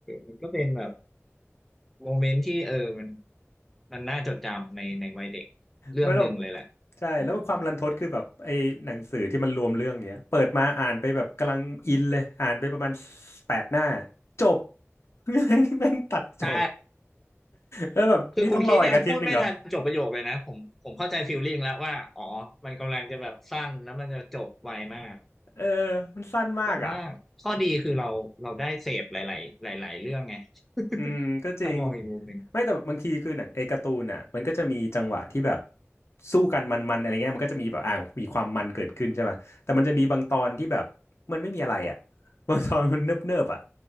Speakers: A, in the centre; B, on the left.
A: มันก็เป็นแบบโมเมนต์ที่เออมันมันน่าจดจำในในวัยเด็กเรื่องหนึ่งเลยแหละ
B: ไม่หรอกใช่แล้วความรันทดคือแบบไอ้หนังสือที่มันรวมเรื่องเนี้ยเปิดมาอ่านไปแบบกำลังอินเลยอ่านไปประมาณ
A: อืม
B: แปดหน้าจบ <laughs> แม่งตัดจบ
A: ใช่
B: แล้วแบบนี่ต้องรออีกอาทิตย์หนึ่งเหรอ
A: คือคุณคิดยังพูดไม่ทันจบประโยคเลยนะผมผมเข้าใจฟีลลิ่งแล้วว่าอ๋อมันกำลังจะแบบสั้นแล้วมันจะจบไวมาก
B: เออมันสั้นมากอ่ะ
A: แต่ว่าข้อดีคือเราเราได้เสพหลายๆหลายๆเรื่องไง
B: อืมก็จริง
A: <laughs> ถ้ามองอีกมุมหนึ่ง
B: ไม่แต่บางทีคือหนังไอ้การ์ตูนอ่ะมันก็จะมีจังหวะที่แบบสู้กันมันๆอะไรเงี้ยมันก็จะมีแบบอ่ามีความมันเกิดขึ้นใช่ไหมแต่มันจะมีบางตอนที่แบบมันไม่มีอะไรอ่ะ <laughs> บางตอนมันเนิบๆอ่ะ